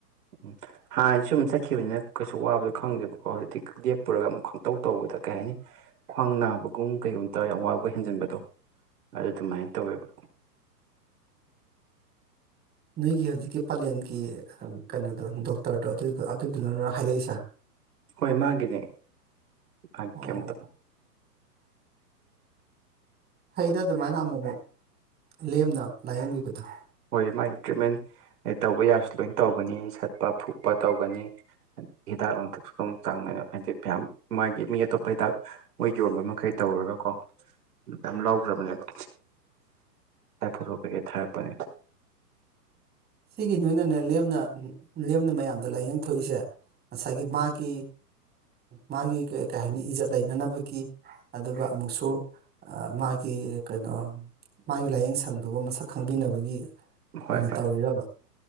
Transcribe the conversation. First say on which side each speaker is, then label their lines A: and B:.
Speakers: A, on the right (about 65°); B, on the right (about 20°).
A: ꯎ ꯍꯥꯟ ꯁꯨꯝ ꯆꯈꯤꯕꯅꯤꯅ ꯀꯩꯁꯨ ꯋꯥꯕꯗꯣ ꯈꯪꯗꯦꯕꯀꯣ ꯍꯧꯖꯤꯛꯇꯤ ꯂꯦꯞꯄꯨꯔꯒ ꯑꯃꯨꯛ ꯈꯪꯇꯧ ꯇꯧꯕꯗ ꯀꯩ ꯍꯥꯏꯅꯤ ꯈ꯭ꯋꯥꯡ ꯅꯥꯕꯒꯨꯝ ꯀꯩꯒꯨꯝꯕ ꯇꯧꯔꯒ ꯌꯥꯝ ꯋꯥꯕ ꯍꯦꯟꯖꯤꯟꯕꯗꯣ ꯑꯗꯨ ꯑꯗꯨꯃꯥꯏꯅ ꯇꯧꯋꯦꯕ
B: ꯅꯣꯏꯒꯤ ꯍꯧꯖꯤꯛꯀꯤ ꯄꯂꯦꯟꯒꯤ ꯀꯩꯅꯣꯗꯣ ꯗꯣꯛꯇꯔꯗꯣ ꯑꯗꯨ ꯑꯗꯨꯗꯨꯅ ꯅꯔꯣ ꯍꯥꯏꯔꯛꯏꯁꯦ
A: ꯍꯣꯏ ꯃꯥꯒꯤꯅꯦ ꯃꯥ
B: ꯑꯣ
A: ꯀꯩꯝ ꯇꯧ
B: ꯐꯩꯗ ꯑꯗꯨꯃꯥꯏꯅ ꯑꯃꯨꯃꯨꯛ ꯂꯦꯝꯅ ꯂꯥꯌꯦꯡꯕꯤꯕꯗꯣ
A: ꯍꯣꯏ ꯃꯥꯒꯤ ꯇ꯭ꯔꯤꯠꯃꯦꯟ ꯇꯧꯕ ꯌꯥꯕꯁꯨ ꯂꯣꯏ ꯇꯧꯒꯅꯤ ꯁꯠꯄ ꯐꯨꯛꯄ ꯇꯧꯒꯅꯤ ꯍꯤꯗꯥꯛ ꯂꯥꯡꯊꯛꯁꯨ ꯑꯗꯨꯝ ꯆꯥꯡꯅ ꯍꯥꯏꯗꯤ ꯃꯌꯥꯝ ꯃꯥꯒꯤ ꯃꯤ ꯑꯇꯣꯞꯄ ꯍꯤꯗꯥꯛ ꯃꯣꯏꯒꯤ ꯌꯣꯟꯕ ꯃꯈꯩ ꯇꯧꯔꯒꯀꯣ ꯃꯌꯥꯝ ꯂꯧꯈ꯭ꯔꯕꯅꯦꯕ ꯐꯣꯊꯣ ꯀꯩꯀꯩ ꯊꯥꯔꯛꯄꯅꯦ
B: ꯁꯤꯒꯤ ꯅꯣꯏꯅꯅꯦ ꯂꯦꯝꯅ ꯂꯦꯝꯅ ꯃꯌꯥꯝꯗ ꯂꯥꯏꯌꯦꯡ ꯊꯣꯛꯏꯁꯦ ꯉꯁꯥꯏꯒꯤ ꯃꯥꯒꯤ ꯃꯥꯒꯤ ꯀꯩ ꯍꯥꯏꯅꯤ ꯏꯖꯠ ꯂꯩꯅꯅꯕꯒꯤ ꯑꯗꯨꯒ ꯑꯃꯨꯛꯁꯨ ꯃꯥꯒꯤ ꯀꯩꯅꯣ ꯃꯥꯒꯤ ꯂꯥꯏꯌꯦꯡ ꯁꯪꯗꯨꯕꯨ ꯃꯁꯛ ꯈꯪꯕꯤꯅꯕꯒꯤ
A: ꯍꯣꯏ
B: ꯑꯣꯏꯅ
A: ꯍꯣꯏ
B: ꯇꯧꯋꯤꯔꯕ